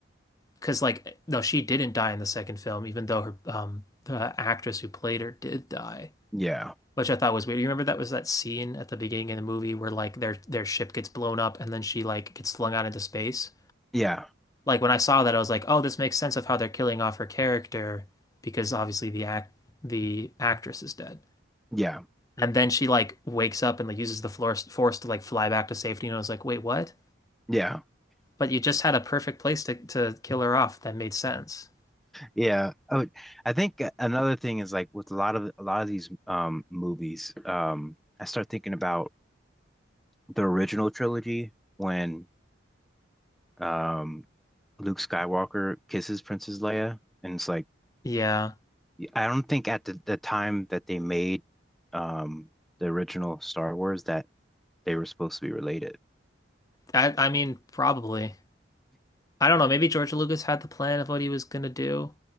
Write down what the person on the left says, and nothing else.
because like no, she didn't die in the second film, even though her um the actress who played her did die,
which I thought was weird. You remember that was that scene at the beginning of the movie where like their their ship gets blown up and then she like gets flung out into space?
Like when I saw that I was like, "Oh, this makes sense of how they're killing off her character because obviously the act the actress is dead."
And then she like wakes up and like uses the force force to like fly back to safety. And I was like, wait, what?
But you just had a perfect place to to kill her off. That made sense.
Yeah.
I I mean, probably. I don't know. Maybe George Lucas had the plan of what he was gonna do,